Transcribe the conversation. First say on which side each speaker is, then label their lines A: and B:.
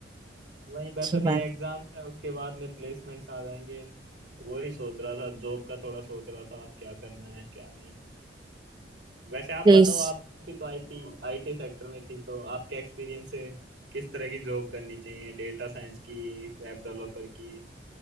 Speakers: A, on the right; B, on the right.
A: वही बस
B: अच्छी
A: अभी
B: बात
A: एग्जाम्स है उसके बाद में प्लेसमेंट्स आ जाएंगे वही सोच रहा था जॉब का थोड़ा सोच रहा था क्या करना है क्या नहीं वैसे आप
B: प्लीज
A: बताओ आप भी तो आईटी आईटी सेक्टर में थी तो आपके एक्सपीरियंस से किस तरह की जॉब करनी चाहिए डेटा साइंस की वेब डेवलपर की